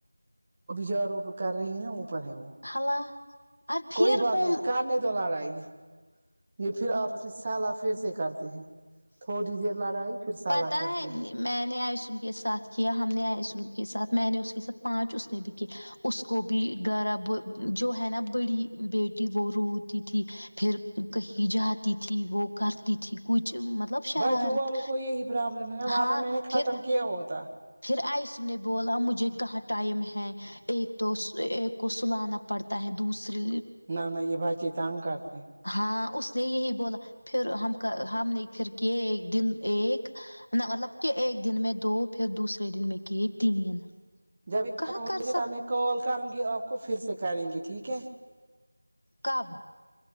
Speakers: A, on the right; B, on the left.
A: جو کر رہی ہے نا اوپر ہے وہ
B: ہیلو آپ پھرفون
A: کوئی بات نہیں کرنے لڑائی یہ پھر آپس میں سلا پھر سے کرتے ہیں تھوڑی دیر لڑائی پھر سالہ
B: پتا
A: کرتے
B: ہے
A: ہیں
B: میں نے آئسم کے ساتھ کیا ہم نے آئسم کے ساتھ میں نے اس کے ساتھ پانچ اس نے بھی کیا اس کو بھی غرب جو ہے نا بڑی بیٹی وہ روتی تھی پھر کہیں جاتی تھی وہ کرتی تھی کچھ مطلب شرارت
A: بچوں والوں کو یہی پربلم ہے ورنہ
B: ہاں
A: میں نے ختم
B: پھر
A: کیا ہوتا
B: پھر آئس نے بولا مجھے کہاں ٹائم ہے ایک تو ایک کو سلانا پڑتا ہے دوسرے
A: نہ نہ یہ باجی تانگ کرتے
B: ہاں اس نے یہی بولا پھر ہم کا ہم نے پھر کہ ایک دن ایک نہ مطلب کہ ایک دن میں دو پھر دوسرے دن میں کی تین
A: جبھی
B: کہاں
A: ختم ہوگی
B: کر سک
A: اب میں کال کروں گی آپ کو پھر سے کریں گی ٹھیک ہے
B: کب